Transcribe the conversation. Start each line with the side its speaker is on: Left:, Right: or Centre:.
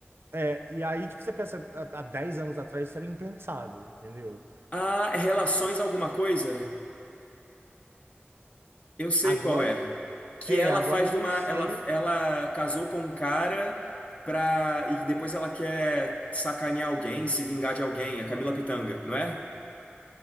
Right: É, e aí, tipo, você pensa, há há 10 anos atrás isso era impensável, entendeu?
Left: Ah, é relações alguma coisa? Eu sei
Right: Agora,
Left: qual é. Que
Right: é,
Left: ela
Right: agora
Left: faz
Right: eu
Left: de
Right: não
Left: uma.
Right: sei.
Left: Ela, ela casou com um cara pra. E depois ela quer sacanear alguém, se vingar de alguém, a Camila Pitanga, não é?